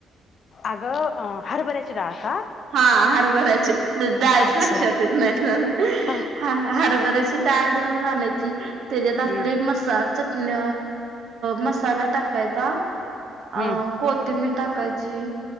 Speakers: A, on the left (about 50°); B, on the right (about 70°).
A: अगं अ हरभऱ्याची डाळ का
B: हा हरभराचे जायच
A: अच्छा
B: लक्षात येत नाही
A: ह,
B: हरभराचे डाळ दळून आणायची त्याच्यात
A: हम्म,
B: आपली मसा <unintelligible> चटणी मसाला टाकायचा
A: हम्म,
B: अ कोथिंबीर टाकायची